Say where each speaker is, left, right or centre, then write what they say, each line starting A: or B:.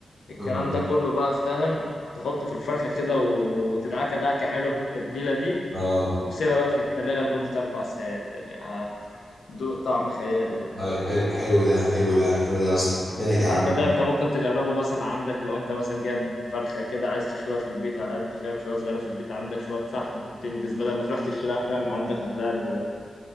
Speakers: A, on the left; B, on the left.
A: الكلام
B: مم.
A: ده كله بقى فاهم تحطه في الفرخة كده وتدعكة دعكة حلوة بالتتبيلة دي
B: اه
A: وسيبها بقى في التلاجة لمدة أربع ساعات يعني هتدوق طعم خيالي يعني.
B: أي- حلو حلو ده حلو ده حلو ده يا اسطى فينك يا عم
A: فانت ده انت ممكن تجربه مثلا عندك لو انت مثلا جايب فرخه كده عايز تشويها في البيت على قد فاهم شويه صغيره في البيت عندك شويه فحم وبتنجز بدل ما تروح تشتريها فاهم عندك هتلاقيها ب...